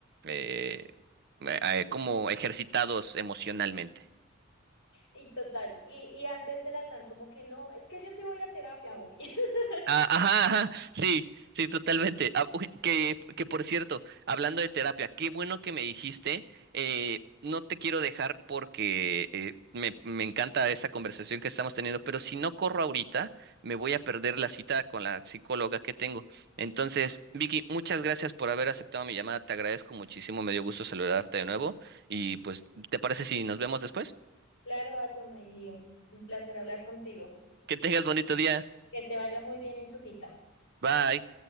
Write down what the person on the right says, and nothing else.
eh, eh, eh, como ejercitados emocionalmente.
Ah, ajá, ajá, sí, sí, totalmente. Ah, uy, que, que por cierto, hablando de terapia, qué bueno que me dijiste, eh, no te quiero dejar porque eh, me, me encanta esta conversación que estamos teniendo, pero si no corro ahorita, me voy a perder la cita con la psicóloga que tengo. Entonces, Vicky, muchas gracias por haber aceptado mi llamada, te agradezco muchísimo, me dio gusto saludarte de nuevo y pues, ¿te parece si nos vemos después?
Que tengas
bonito día.
Bye.